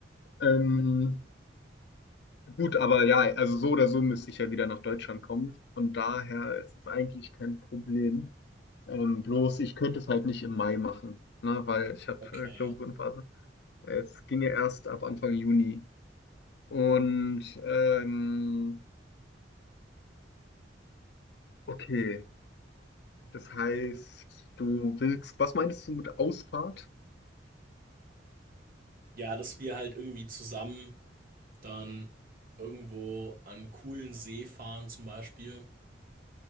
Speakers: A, on the left; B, on the right.
A: ähm, Gut, aber ja, also so oder so müsste ich ja wieder nach Deutschland kommen. Von daher ist es eigentlich kein Problem. Ähm, bloß ich könnte es halt nicht im Mai machen, ne, weil ich habe
B: Okay,
A: äh, Klausurenphase.
B: ja.
A: Es ginge erst ab Anfang Juni. Und ähm, okay, das heißt, du willst, was meinst du mit Ausfahrt?
B: Ja, dass wir halt irgendwie zusammen dann irgendwo an einen coolen See fahren zum Beispiel